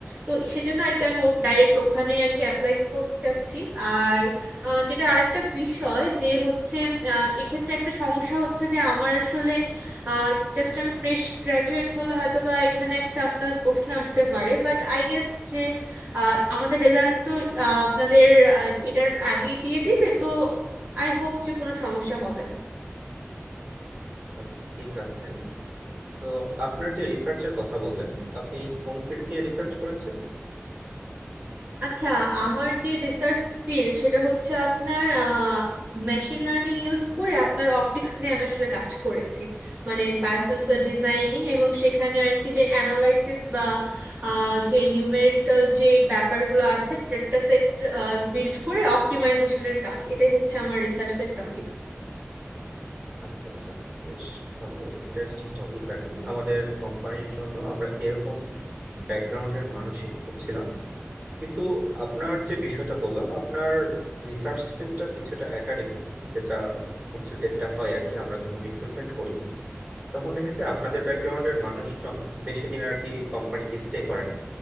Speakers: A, on the right; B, on the right.
A: তো সেজন্য আর কি আমি ডাইরেক্ট ওখানে আর কি অ্যাপ্লাই করতে চাচ্ছি আর আহ, যেটা আরেকটা বিষয় যে হচ্ছে আহ, এক্ষেত্রে একটা সমস্যা হচ্ছে যে আমার আসলে জাস্ট আমি ফ্রেশ গ্রাজুয়েট বললে হয়তো বা এখানে একটা আপনার প্রশ্ন আসতে পারে বাট আই গেস যে আহ, আমাদের রেজাল্ট তো আহ, আপনাদের আহ, এটার আগেই দিয়ে দিবে তো আই হোপ যে কোনো সমস্যা হবে না
B: আচ্ছা ঠিক আছে তো আপনার যে রিসার্চের কথা বললেন আপনি কোন ফিল্ড নিয়ে রিসার্চ করেছেন
A: আচ্ছা আমার যে রিসার্চ ফিল্ড সেটা হচ্ছে আপনার মেশিন লার্নিং ইউজ করে আপনার অপটিক্স নিয়ে আমি আসলে কাজ করেছি মানে বায়োসেন্সর ডিজাইনিং এবং সেখানে আর কি যে অ্যানালাইসিস বা আহ, যে নিউমেরিক্যাল যে ব্যাপারগুলো আছে ডেটা সেট বিল্ড করে অপটিমাইজেশনের কাজ এটাই হচ্ছে আমার রিসার্চের টপিক
B: আচ্ছা আচ্ছা বেশ ভালো ইন্টারেস্টিং টপিক আর কি আমাদের কোম্পানির জন্য আমরা এরকম ব্যাকগ্রাউন্ডের মানসিক খুঁজছিলাম কিন্তু আপনার যে বিষয়টা বললাম আপনার রিসার্চ ফিল্ডটা কিছুটা একাডেমিক যেটা হচ্ছে যেটা হয় আর কি আমরা যখন রিক্রুটমেন্ট করি তখন দেখা যায় আপনাদের ব্যাকগ্রাউন্ডের মানুষজন বেশি দিন আর কি কোম্পানিতে স্টে করে না